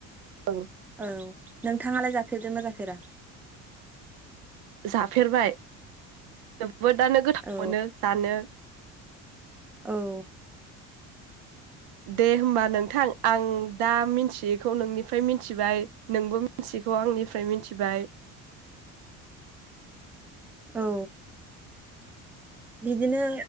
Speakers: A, on the right; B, in the centre.
A: औ
B: औ नोंथाङालाय जाफेरदोंना जाफ फेरा?
A: जाफेरबाय <unintelligible> बदआनो गोथाव
B: औ
A: मोनो जानो।
B: औ ओ
A: दे होमबा नोंथां आं दा मिन्थियैखौ नोंनिफ्राय मिथिबाय नोंबो मिन्थियैखौ आंनिफ्राय मिनथिबाय।
B: औ बिदिनो